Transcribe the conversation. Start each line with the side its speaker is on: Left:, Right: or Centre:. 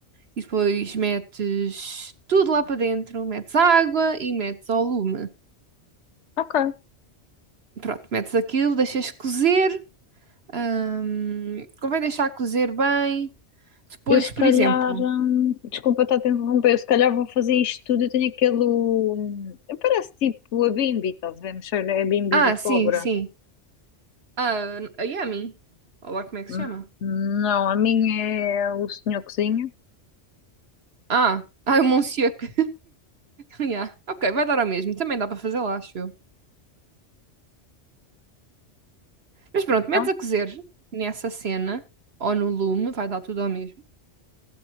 Right: e depois metes tudo lá para dentro, metes água e metes ao lume.
Left: ok.
Right: Pronto, metes aquilo, deixas cozer, ahm, convém deixar cozer bem. Depois,
Left: Eu se
Right: por
Left: calhar,
Right: exemplo.
Left: hum, desculpa estar a te interromper, eu se calhar vou fazer isto tudo. Eu tenho aquele. hum, parece tipo a Bimbi, estás a ver? Mexer a Bimbi
Right: Ah,
Left: do pobre.
Right: sim, sim. Ah, a Yami. Olha lá como é que
Left: Hum,
Right: se chama.
Left: Não, a minha é o senhor cozinha.
Right: Ah, ah, o Monsieur. <laughs> que- Yeah. Ok, vai dar ao mesmo. Também dá para fazer lá, acho eu. Mas pronto,
Left: Então,
Right: metes a cozer nessa cena ou no lume, vai dar tudo ao mesmo.